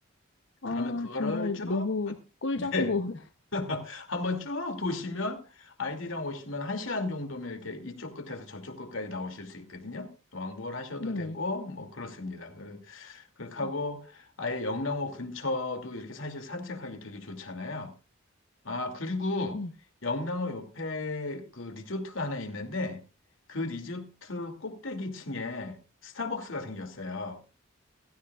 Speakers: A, on the left (about 90°); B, on the left (about 65°).
A: 그러면
B: 아,
A: 그거를
B: 정말
A: 쭉
B: 너무 꿀정보.
A: <laughs> 네.
B: <laughs>
A: 한번 쭉 도시면 아이들이랑 오시면 한시간 정도면 이렇게 이쪽 끝에서 저쪽 끝까지 나오실 수 있거든요. 왕복을 하셔도
B: 네.
A: 되고 뭐 그렇습니다. 그- 그렇게 하고
B: 네.
A: 아예 영랑호 근처도 이렇게 사실 산책하기 되게 좋잖아요. 아, 그리고
B: 네.
A: 영랑호 옆에 그 리조트가 하나 있는데 그 리조트 꼭대기층에 스타벅스가 생겼어요.